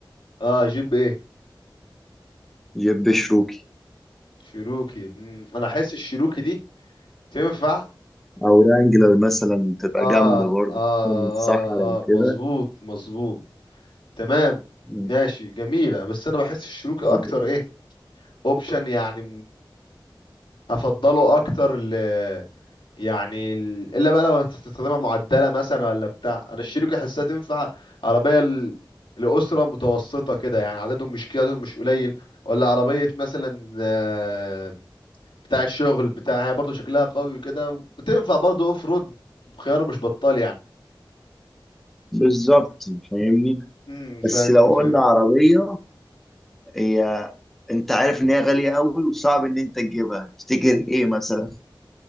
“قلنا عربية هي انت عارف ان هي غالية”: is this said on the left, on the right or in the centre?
Centre